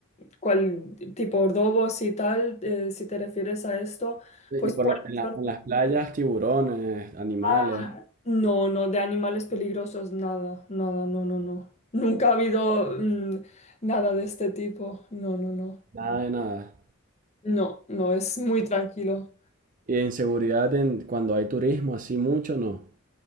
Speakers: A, on the left (about 30°); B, on the right (about 35°).
A: cuál tipo Ordovos y tal, eh, si te refieres a esto,
B: Y
A: pues
B: por
A: por
B: lo-
A: la
B: en la- en
A: zona-
B: las playas, tiburones, animales,
A: Ah, no, no, de animales peligrosos, nada, nada, no, no, no. Nunca ha habido mm, nada de este tipo, no, no, no.
B: nada de nada.
A: No, no, es muy tranquilo.
B: Y de inseguridad en, cuando hay turismo, así mucho, no.